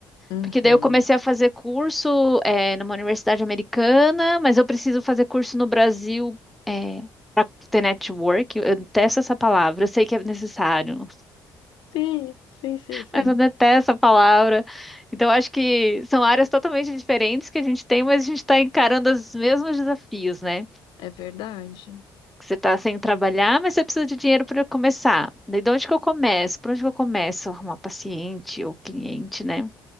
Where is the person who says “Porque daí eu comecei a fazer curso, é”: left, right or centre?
Centre